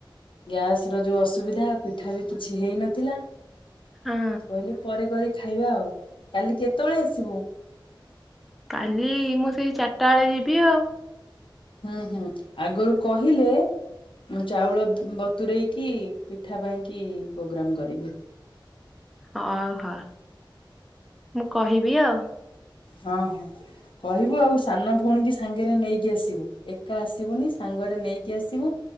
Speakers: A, on the left; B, in the centre.
A: ଗ୍ୟାସ ର ଯୋଉ ଅସୁବିଧା ପିଠା ବି କିଛି ହେଇନଥିଲା।
B: ହଁ
A: କହିଲି ପରେ କରିି ଖାଇବା ଆଉ କାଲି କେତେବେଳେ ଆସିବୁ?
B: କାଲି ମୁଁ ସେଇ ଚା ଟା ବେଳେ ଯିବି ଆଉ।
A: ହୁଁ ହୁଁ ଆଗରୁ କହିଲେ ମୁଁ ଚାଉଳ ବତରେଇକି ପିଠା ପାଇଁକି ପ୍ରୋଗ୍ରାମ କରିବି।
B: ହଉହୋ ମୁଁ କହିବି ଆଉ
A: ହଁ ହଁ କହିବୁ ଆଉ ସାନ ଭଉଣୀ କି ସାଙ୍ଗରେ ନେଇକି ଆସିବୁ। ଏକା ଆସିବୁନି ସାଙ୍ଗରେ ନେଇକି ଆସିବୁ